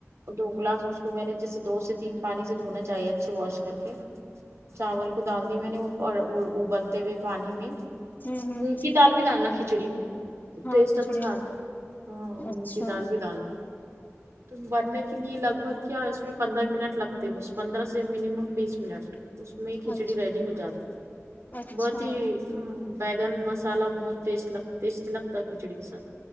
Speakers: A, on the right; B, on the left.
A: دو گلاس اس کو میں نے جیسے دو سے تین پانی سے دھونا چاہیے اچھے واش کر کے چاول کو ڈال دی میں نے وہ ابلتے ہوئے پانی میں
B: ہ ہ
A: مونگ کی دال بھی ڈالنا کھچڑی میں
B: ہاں
A: ٹیسٹ
B: کھچڑی
A: اچھا آ
B: میں
A: تا ہاں مونگ
B: اچھا
A: کی دال بھی ڈالنا تم برنے کے لیے لگ بھگ کیا اس میں پندرہ منٹ لگتے ہے بس پندرہ سے مینمم بیس منٹ اس میں کھچڑی
B: اچھا
A: ریڈی ہو جاتی
B: اچھا
A: بہت ہ بیگن مسالا بہت ٹیسٹ لگ ٹیسٹی لگتا ہے کھچڑی کے ساتھ